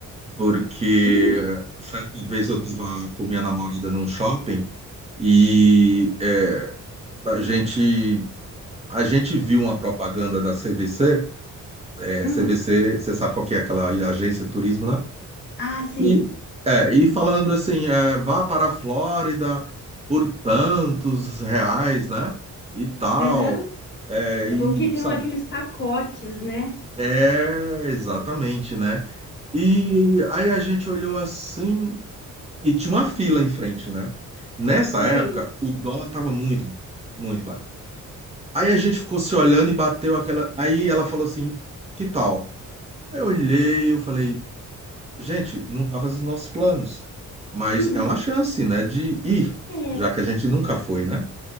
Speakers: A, on the right; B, on the left.
A: Porque
B: Hum,
A: certa vez eu estava com minha namorada num shopping e é, a gente, a gente viu uma propaganda da CVC. É,
B: hum.
A: CVC, você sabe qual que é aquela agência de turismo, né?
B: Ah, sim.
A: E, é, e falando assim, é, vá para a Flórida por tantos reais, né? E tal.
B: Aham.
A: É, e,
B: É bom que tem
A: sabe?
B: aqueles pacotes, né?
A: É, exatamente, né? E aí a gente olhou assim e tinha uma fila em frente, né? Nessa
B: Sei.
A: época, o dólar estava muito, muito barato. Aí a gente ficou se olhando e bateu aquela. Aí ela falou assim: que tal? Eu olhei, eu falei. gente, não estava nos nossos planos, mas
B: <laughs>
A: é uma chance, né, de ir,
B: É,
A: já que a gente nunca foi, né?